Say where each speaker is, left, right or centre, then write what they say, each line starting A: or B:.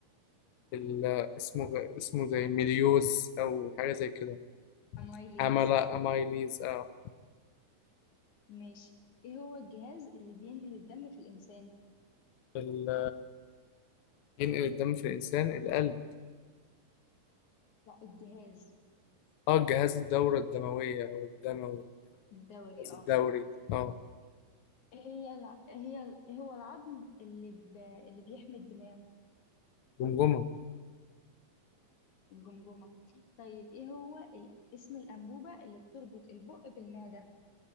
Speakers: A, on the left; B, on the left.
A: ال... اسمه اسمه زي ميليوز أو حاجة زي كده
B: امايليز
A: عملا
B: اه
A: أمايليز آه.
B: ماشي ايه هو الجهاز اللي بينقل الدم في الانسان
A: ال... ينقل الدم في الإنسان القلب
B: لا الجهاز
A: اه جهاز الدورة الدموية أو الدموي
B: الدوري
A: الجهاز
B: اه
A: الدوري اه
B: إيه هي الع... إيه هي ال- إيه هو العظم اللي ب... اللي بيحمي الدماغ
A: جمجمة
B: الجمجمة طيب ايه هو ال... اسم الأنبوبة اللي بتربط البق بالمعدة